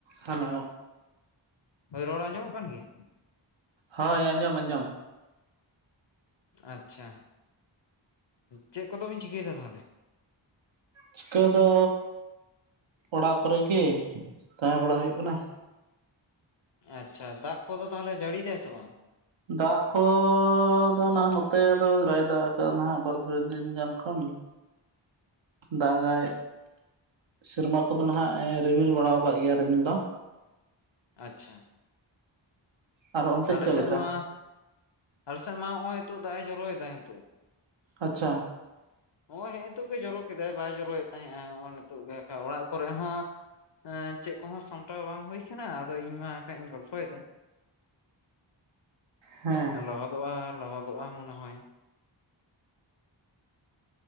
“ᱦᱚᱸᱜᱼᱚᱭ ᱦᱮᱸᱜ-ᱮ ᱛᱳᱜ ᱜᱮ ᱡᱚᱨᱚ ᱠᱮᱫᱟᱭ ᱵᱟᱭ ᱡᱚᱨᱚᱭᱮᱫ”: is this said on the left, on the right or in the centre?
Left